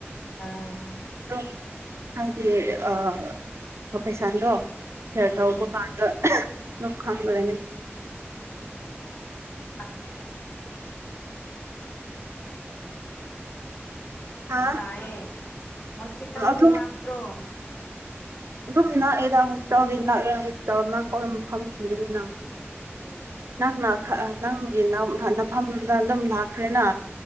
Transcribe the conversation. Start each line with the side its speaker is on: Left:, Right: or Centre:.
Left: ꯑꯥ
Right: ꯍꯂ ꯍꯥꯏꯗꯤ ꯑ ꯑꯣ ꯐꯩꯁꯥꯟꯗꯣ ꯁꯇꯕꯨ
Left: ꯑꯥ
Right: ꯀꯥꯟꯗ ꯂꯣ ꯈꯪꯒꯗꯅꯦ
Left: ꯑ
Right: ꯍꯥ
Left: ꯇꯌꯦ ꯍꯁꯄꯤꯇꯥꯜꯗꯤ
Right: ꯑꯗꯨꯝ
Left: ꯅꯥꯛꯀ꯭ꯔꯣ
Right: ꯑꯗꯨꯝ ꯅꯛꯑꯗ ꯍꯣꯁꯄꯤꯇꯥꯜꯅꯤ ꯅꯛꯑ ꯍꯣꯁꯄꯤꯇꯥꯜ ꯅ ꯀꯔ ꯃꯐꯝ ꯊꯕꯅꯤꯅ
Left: ꯎꯝ
Right: ꯅꯪꯅ ꯅꯪꯒꯤ ꯅꯐꯝꯗ ꯑꯗꯨꯝ ꯂꯥꯛꯈ꯭ꯔꯦꯅ